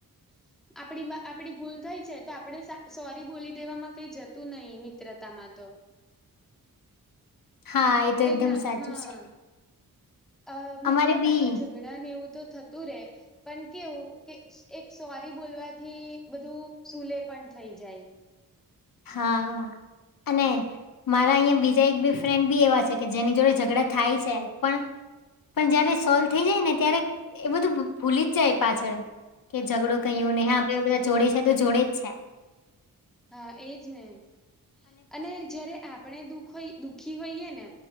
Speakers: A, in the centre; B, on the left (about 70°).
A: <inaudible> આપડી આપડી ભૂલ થઈ છે તો આપણે સોરી બોલી દેવામાં કઈ જતું નહીિ મિત્રતામાં તો.
B: હા એ તો
A: ક
B: એકદમ
A: ના
B: સાચું
A: હા.
B: છે
A: અ મિત્રતામાં
B: અમારે બી
A: ઝઘડા ને એવું તો થતું રેય. પણ કેવું કે એક સોરી બોલવાથી બધું સુલે પણ થઈ જાય.
B: હા હા અને મારા અહીંયા બીજા એક બે ફ્રેન્ડ બી એવા છે કે જેની જોડે ઝઘડા થાય છે પણ પણ જયારે સોલ્વ થઈ જાય ને ત્યારે એ બધું ભૂલી જ જાય પાછળ કે ઝઘડો કયું ને હા આપડ બધા જોડે છે તો જોડે જ છે.
A: હા એજ ને અને જયારે આપણે દુખ હો દુઃખી હોઈએ ને